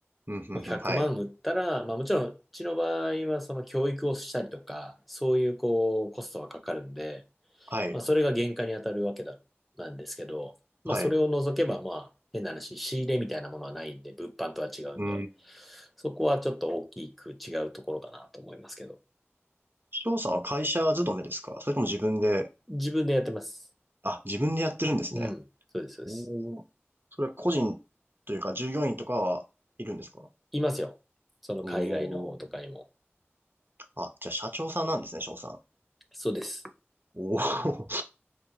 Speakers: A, on the right; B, in the centre.
A: うん、
B: もう100万売ったら、
A: うん、はい。
B: まあもちろん、うちの場合はその教育をしたりとか、そういうこう、コストがかかるんで、
A: はい。
B: まあ、それが原価に当たるわけだ、なんですけど、
A: はい。
B: まあ、それを除けば、
A: う
B: まあ、変な話、仕入れみたいなものはないんで、物販とは違うんで、
A: ん。
B: そこはちょっと大きく違うところかなと思いますけど、
A: 翔さんは会社勤めですかそれとも自分で、
B: 自分でやってます。
A: あ、自分でやってるんですね。
B: うん、そうです、そうです。
A: おおそれは個人というか従業員とかはいるんですか
B: いますよ。その海外の方とかにも。
A: おおー。あ、じゃあ社長さんなんですね、翔さん。
B: そうです。
A: おお